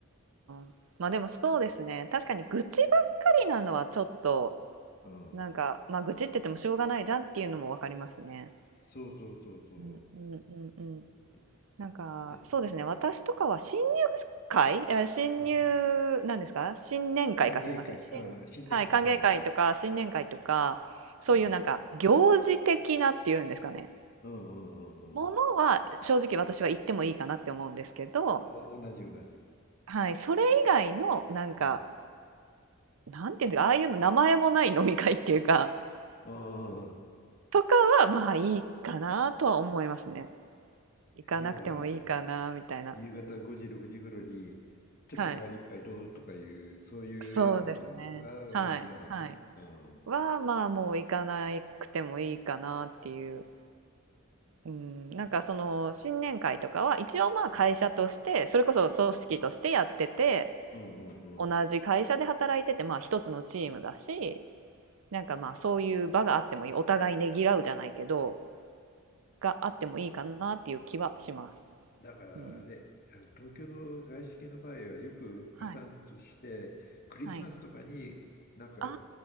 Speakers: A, on the right; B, on the left.
A: あ、ま、でもそうですね。確かに愚痴ばっかりなのはちょっと、
B: うん。
A: なんか、ま、愚痴って言ってもしょうがないじゃんっていうのも分かりますね。
B: そうそうそうそ
A: うんうんうんうん。
B: う。で、
A: なんか、
B: で
A: そうですね、私とかは新入会、あ、新入なんですか、
B: うん。
A: 新年会か、
B: 歓迎会、
A: すみません。新はい、
B: うん、新年会、
A: 歓迎会とか新年会とか、
B: うん。う
A: そういうなんか行事的なっていうんですかね、
B: ん。うんうんうんうん。
A: ものは正直私は行ってもいいかなって思うんですけど、
B: お、同じ同じ。
A: はい、それ以外のなんか、
B: うん。
A: なんていうんだか、ああいうの名前もない飲み会っていうか、
B: ああ、
A: とかはまあいいかなとは思いますね。行かなくてもいいかなみたいな。
B: 要は夕方5時、6時頃にちょっと代わり一杯どうとかいう、
A: はい。
B: そういうやつは俺も嫌だな。
A: そうですね。はい、はい。
B: うん。
A: は、まあもう行かなくてもいいかなっていう。うん、なんかその新年会とかは一応まあ会社としてそれこそ組織としてやってて
B: うん、うん、うん。うん
A: 同じ会社で働いててまあ一つのチームだしなんかまあそういう場があってもいいお互いねぎらうじゃないけどがあってもいいかなっていう気はします。
B: だからね、
A: うん。
B: あの東京の外資系の場合はよくパターンとして、
A: はい、
B: クリスマスとかになんか
A: はい。ああ、